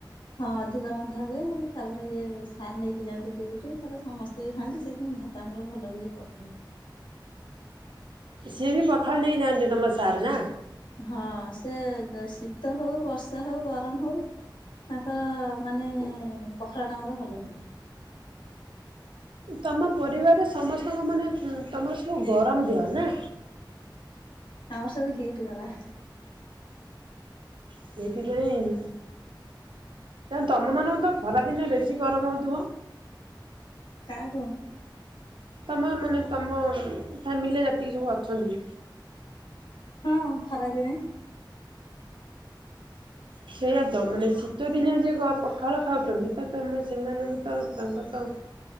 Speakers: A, on the left; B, on the right.
A: ହଁ ଅଧିକ ରନ୍ଧା ହୁଏ, ତାପରେ ଇଏ ସାର୍ ନେଇକି ଯାଆନ୍ତି ଡିଉଟି, ତର ସମସ୍ତେ ବି ଖାଆନ୍ତି ସେଥିପାଇଁ ଭା ତ ଆମର ଭଲ ହୁଏ ପଖାଳ।
B: ସିଏ ବି ପଖାଳ ନେଇ ଯାଆନ୍ତି ତମ ସାର୍ ନା?
A: ହଁ ସେ ଶୀତ ହଉ, ବର୍ଷା ହଉ, ଗରମ ହଉ ତାଙ୍କ ମାନେ ପଖାଳ ତାଙ୍କର ଭଲ ହୁଏ।
B: ତମ ପରିବାରରେ ସମସ୍ତଙ୍କ ମାନେ, ତମର ସବୁ ଗରମ ଦେହ ନା?
A: ଆମର ସବୁ ହିଟ ବାଲା।
B: ସେଇଥିପାଇଁ ତମମାନଙ୍କୁ ତ ଖରାଦିନେ ବେଶୀ ଗରମ ହେଉଥିବ?
A: କାହାକୁ?
B: ତମ ମାନେ ତୁମ ଫ୍ୟାମିଲିରେ ଯେତିକି ସବୁ ଅଛନ୍ତି?
A: ହଁ ଖରା ଦିନେ
B: ସେଇଆ ତ, ମାନେ ତ ଦିନିଆ ଯେ ପଖାଳ ଖାଉଛନ୍ତି ତ ତମେ ସେମାନଙ୍କ ତ ତାଙ୍କ ତ